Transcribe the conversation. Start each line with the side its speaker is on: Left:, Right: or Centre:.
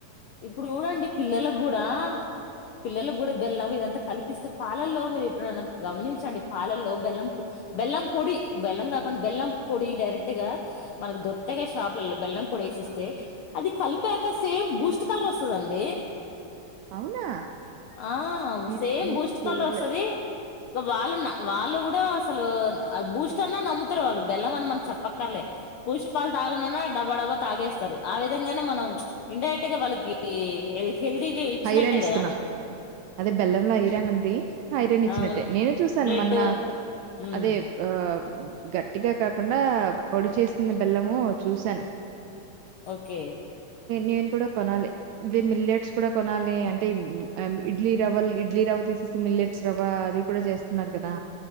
Left: ఇప్పుడు చూడండి పిల్లలకి గుడా పిల్లలకు గుడా బెల్లం ఇదంతా కల్పిస్తే పాలల్లో మీరు ఎప్పుడైనా గమనించండి. పాలల్లో బెల్లం బెల్లం పొడి, బెల్లం కాకుండా బెల్లం పొడి డైరెక్ట్గా మనకి దొరకతయిగా షాపులలో బెల్లం పొడి ఏసిస్తే అది కలిపాక సేమ్ బూస్ట్ కలర్ వస్తాదండి.
Right: అవునా
Left: ఆ
Right: నేను
Left: సేమ్
Right: నేను
Left: బూస్ట్
Right: చూడలే
Left: కలర్ వస్తది. దో వాళ్ళున్న వాళ్ళు కూడా అసలు బూస్ట్ అన్నా నమ్ముతారు. వాళ్ళు బెల్లం అని మనం చెప్పక్కర్లే. బూస్ట్ పాలు తాగనన్నా డబ డబ తాగేస్తారు. ఆ విధంగానే మనం ఇండైరెక్ట్ గా వాళ్ళకి గి హి హెల్ హల్దికగి ఇచ్చినట్టే
Right: ఐరన్ ఇస్తున్నాం
Left: గదా.
Right: అదే బెల్లంలో ఐరాన్ ఉంది. ఐరాన్ ఇచ్చినట్టే
Left: అవును
Right: నేనే చూసాను
Left: బ్లడ్
Right: మొన్న.
Left: హ్మ్
Right: అదే ఆ గట్టిగా కాకుండా పొడి చేసిన బెల్లము చూశాను
Left: ఓకే
Right: నేను కూడా కొనాలి ఇది మిల్లెట్స్ ఇప్పుడే కొనాలి అంటే ఇడ్లీ రవల్ ఇడ్లీ రవ్వ తీసేసి మిల్లెట్స్ రవ్వ అది కూడా జేస్తున్నారు కదా.